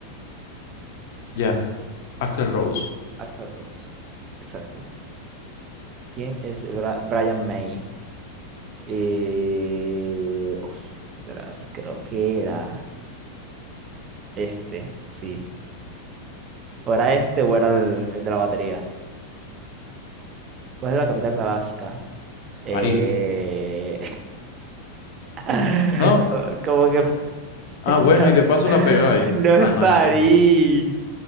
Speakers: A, on the left (about 50°); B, on the right (about 30°).
A: Ya. Axel Rose.
B: Axl Rose. Exacto. ¿Quién es Bra- Brian May? Eh, ostras, creo que era este, sí. O era este o era el, el de la batería. ¿Cuál es la capital de Alaska? Eh...
A: París.
B: <laughs>
A: ¿No?
B: Como que <laughs>
A: Ah,
B: <laughs>
A: bueno,
B: No,
A: y de paso la pegáis.
B: no es
A: Ah, no,
B: París.
A: chico.